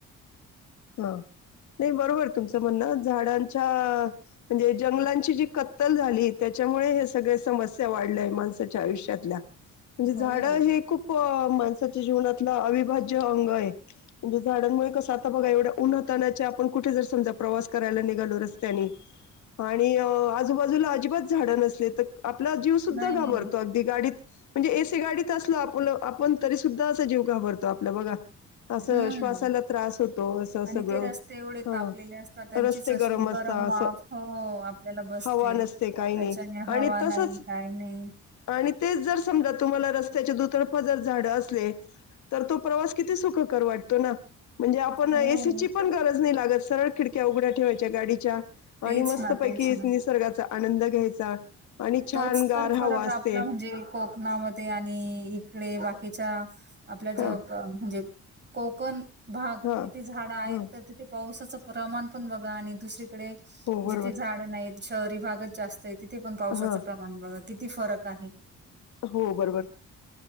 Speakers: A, on the left; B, on the right.
A: ह... नाही बरोबर तुमचं म्हणनं, झाडांच्या म्हणजे जंगलांची जी कत्तल झाली त्या.... त्यामुळे, हे सगळे समस्या वाढल्यां माणसाच्या आयुष्याल्या, म्हणजे
B: हो.
A: झाडं हे खूप... माणसाच्या जीवनातला, अविभाज्य अंग आहे. म्हणजे झाडांमुळे कसं, आता बघा एवढे... उन्हातान्हाचे आपण कुठे जर समजा, प्रवास करायला निघालो रस्त्याने... आणि आजूबाजूला अजिबात झाडं नसले तर... आपला जीव सुद्धा
B: नाही.
A: घाबरतो, अगदी गाडीत म्हणजे ए. सी. गाडीत असलो आपण... आपलं आपण तरी सुद्धा असा जीव घाबरतो आपला बघा, असं
B: हं.
A: श्वासाला त्रास होतो... सगळं,
B: आणि ते रस्ते एवढे
A: हं.
B: तापलेले असतात, त्यांचीच
A: रस्ते
B: अशी
A: गरम असतात,
B: वाफ हो, आपल्याला बसते.
A: हवा नसते... ते काही
B: त्याच्याने
A: नाही. आणि
B: हवा नाही,
A: तसंच,
B: काही नाही.
A: आणि तेच जर समजा तुम्हा... तुम्हाला रस्त्याचे दुतर्फा जर झाडं असले, तर तो प्रवास किती सुखकर वाट... तो ना. म्हणजे आपण
B: हो.
A: ए. सी.... तिची पण गरज नाही लागत. सरळ खिडक्या उघड्या ठेवायच्या गाडीच्या,
B: तेच
A: आणि मस्त
B: ना,
A: पैकी
B: तेच ना.
A: निसर्गाचा आनंद.... घ्यायचा. आणि छान
B: तोच
A: गार
B: तर
A: हवा
B: फरक
A: असते
B: आपला म्हणजे कोक णा मधे आणि इकडे बाकीच्या, आपल्या जो
A: हा
B: प म्हणजे कोकण भाग
A: हा
B: तिथे झाडं आहेत,
A: हा
B: तर तिथे पावसाचं प्रमाण पण बघा आणि दुसरी कडे
A: हो
B: जिथे
A: बरोबर
B: झाडं नाहीत, शहरी भागच जास्त आहे. तिथे पण पावसाचं
A: हा
B: प पण बघा किती फरक आहे?
A: हो बरोबर